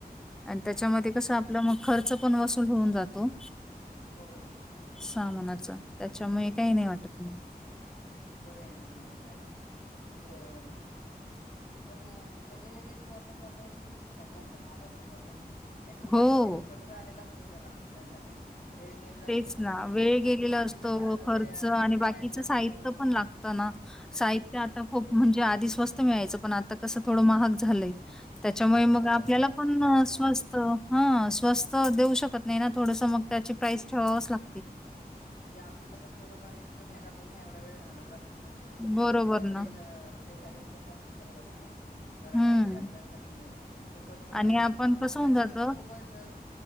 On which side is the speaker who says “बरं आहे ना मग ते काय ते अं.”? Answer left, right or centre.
Left